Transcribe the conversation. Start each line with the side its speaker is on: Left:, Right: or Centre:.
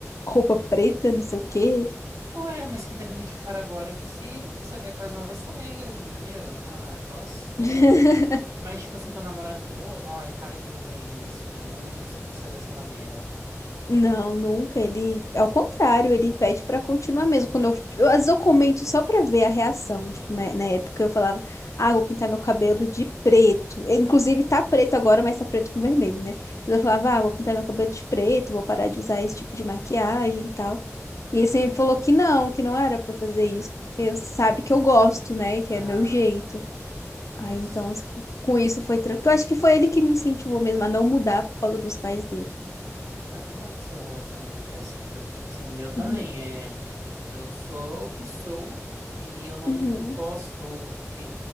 Left: roupa preta, não sei o quê.
Right: Ué, mas quem tá vindo de fora agora que se, que se adequa às novas regras, entendeu? Ai, falou sério.
Left: <laughs>
Right: Mas, tipo assim, teu namorado falou, ai, pare de usar isso, mude, se vista dessa maneira.
Left: Não, nunca. Ele, ao contrário, ele pede pra continuar mesmo. Quando eu, tipo, eu- às vezes eu comento só pra ver a reação. Tipo,
Right: Aham,
Left: né, na época eu falava, ah, eu vou pintar meu cabelo de preto. Eh, Inclusive tá preto agora, mas tá preto
Right: aham,
Left: com vermelho, né? Mas eu falava, ah, eu vou pintar meu cabelo de preto, vou parar de usar esse tipo de maquiagem e tal. E
Right: aham,
Left: ele sempre falou que não, que não era pra eu fazer isso, porque eu- sabe que eu gosto, né? Que
Right: aham.
Left: é meu jeito.
Right: Nossa.
Left: Aí então, se for- com isso foi tranquilo. Eu acho que foi ele que me incentivou mesmo a não mudar por causa dos pais dele.
Right: Ah, que bom que seu relacionamento é assim, porque, tipo assim, o meu também
Left: Uhum.
Right: é. Eu sou o que sou e eu não
Left: Uhum.
Right: gosto. ou Fi...